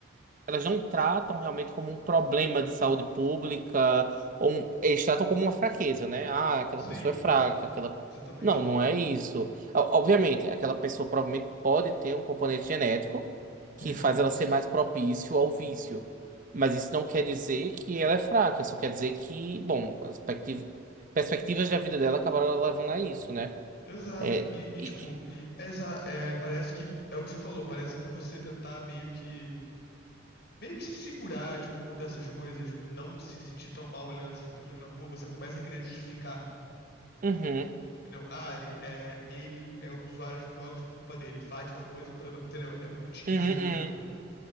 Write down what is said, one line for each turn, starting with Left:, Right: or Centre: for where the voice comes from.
Right: elas não tratam realmente como um problema de saúde pública, ou um- eles tratam como uma fraqueza, né? Ah, aquela
Left: Sim,
Right: pessoa é fraca,
Left: sim,
Right: aquela.
Left: exatamente.
Right: Não, não é isso. O- Obviamente, aquela pessoa provavelmente pode ter um componente genético que
Left: Sim,
Right: faz ela
Left: sim.
Right: ser mais propício ao vício. Mas isso não quer dizer que ela é fraca, só quer dizer que, bom, as perspectiv- perspectivas da vida dela acabaram levando a isso, né?
Left: Exato.
Right: É,
Left: E, e,
Right: e-
Left: tipo,
Right: e-
Left: exa- é, parece que é o que você falou, parece que pra você tentar meio que meio que se segurar, tipo, contra essas coisas, tipo, não se sentir tão mal olhando essas pessoas na rua, você começa a querer justificar,
Right: Uhum.
Left: entendeu? Ah, é, é- ele é usuário de drogas por culpa dele, faz tal coisa, por- entendeu? É muito esquisito
Right: Uhum, uhum.
Left: isso pra mim.